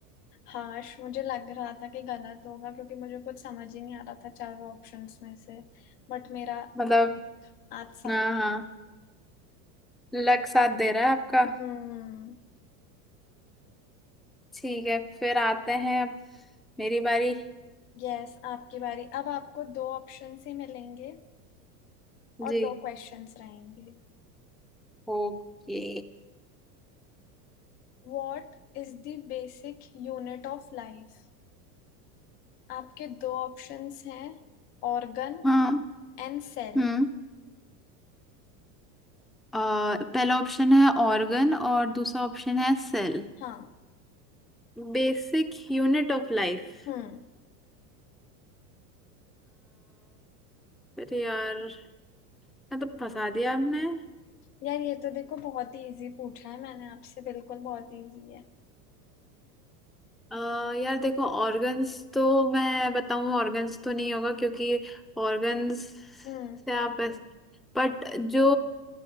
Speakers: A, on the left (about 75°); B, in the centre.
A: हाश मुझे लग रहा था कि गलत होगा क्योंकि मुझे कुछ समझ ही नहीं आ रहा था चारों ऑप्शंस में से बट मेरा
B: मतलब
A: आज साथ
B: हाँ हाँ लक साथ दे रहा है आपका
A: हम्म
B: ठीक है फिर आते हैं अब मेरी बारी
A: यस आपकी बारी अब आपको दो ऑप्शंस ही मिलेंगे और
B: जी
A: दो क्वेश्चंस रहेंगे
B: ओके
A: What is the basic unit of life आपके दो ऑप्शंस हैं Organ
B: हाँ
A: and cell
B: हम्म अ, पहला ऑप्शन है ऑर्गन और दूसरा ऑप्शन है cell
A: हाँ
B: Basic unit of life
A: हम्म
B: अरे यार मैं तो फंसा दिया आपने
A: यार ये तो देखो बहुत ही इजी पूछा है मैंने आपसे बिल्कुल बहुत इजी है
B: अ यार देखो ऑर्गन्स तो मैं बताऊं ऑर्गन्स तो नहीं होगा क्योंकि ऑर्गन्स
A: हम्म
B: से आप बट जो